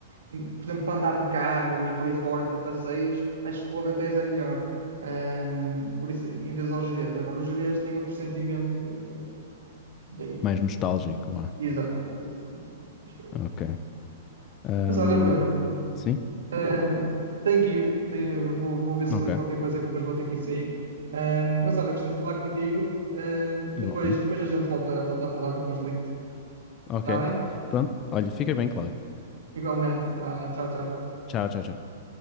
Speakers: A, on the right (about 65°); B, on the left (about 30°).
A: E, Por exemplo, para andar de carro e por aí fora, para passeios, acho que o Alentejo é melhor. Hum, por isso, em vez aos Gerês. Agora, os Gerês têm outro sentimento eh, daí.
B: mais nostálgico lá.
A: Exatamente, exatamente. Mas por aí.
B: Ok. Ahm,
A: Mas olha, Bruno,
B: sim,
A: hum, tenho que ir. Tenho, vou, vou ver se
B: ok.
A: como qualquer coisa que depois vou ter que sair. Hum, mas olha, gostei de falar contigo. Hum,
B: Igualmente.
A: depois, depois a gente volta, volta a falar, depois ligo-te.
B: Ok.
A: Está bem?
B: Pronto. Olha, fica bem, Cláudio.
A: Igualmente. Vá, tchau, tchau.
B: Tchau, tchau, tchau.